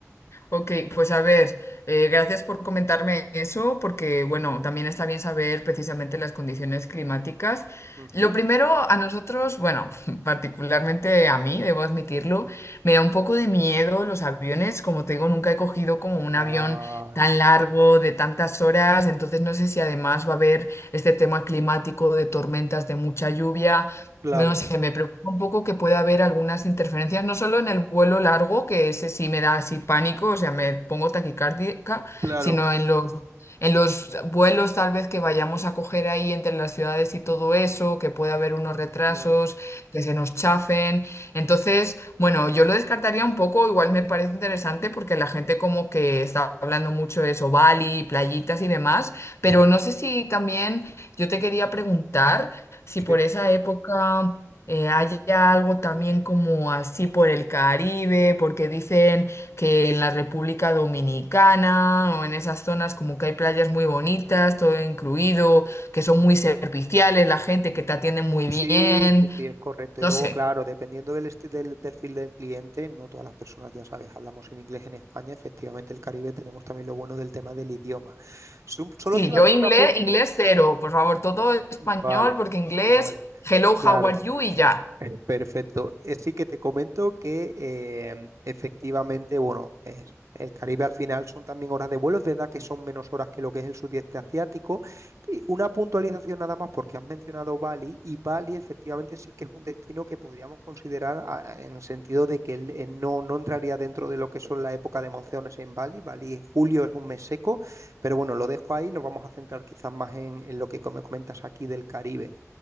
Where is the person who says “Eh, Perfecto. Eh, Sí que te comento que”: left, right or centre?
Right